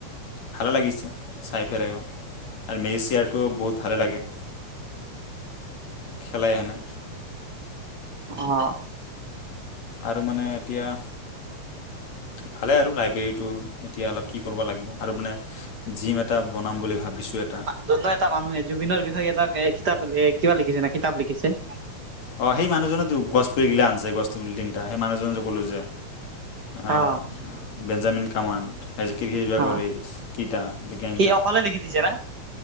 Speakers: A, on the left (about 65°); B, on the right (about 45°).
A: ভালে লাগিছে, চাই পেলাইও। আৰু মেজিক চিয়াৰটো বহুত ভালে লাগে। খেলাইহেনে।
B: অ।
A: আৰু মানে এতিয়া ভালে আৰু লাইব্ৰেৰীটো এতিয়া অলপ কি কৰিব লাগিব আৰু মানে। জিম এটা বনাম বুলি ভাবিছোঁ এটা।
B: দুধনৈ এটা মানুহে জুবিনৰ বিষয়ে এটা কে কিতাপ লে কিবা লিখিছেনে কিতাপ লিখিছে।
A: অ। সেই মানুহজনেতো গছ পুলিগিলা আনছে, গছ পুলি তিনিটা। সেই মানুহজন যে ক'লো যে। অঁ।
B: অ',
A: বেঞ্জামিন কামাণ্ড। <unintelligible>
B: অ', সি অকলে লিখি দিছে না?